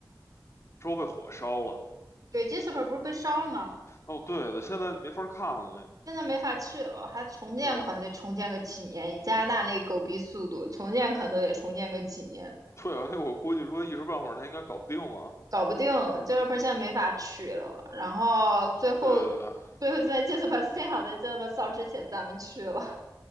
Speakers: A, on the left; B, on the right.
A: 之后被火烧了。
B: 对，Jasper 不是被烧了吗？
A: 哦，对的，现在没法看了。
B: 现在没法去了，还重建可能得重建个几年，
A: 对啊，
B: 以加拿大那狗逼速度，重建可能都得重建个几年。
A: 对啊，那我估计说一时半会儿他应该搞不定了。
B: 搞不定了，这个 p e r c e 没法取了。然后最后，
A: 对的，
B: 最后在 Jasper <laughs> 幸好在 Jasper 烧之前咱们去了，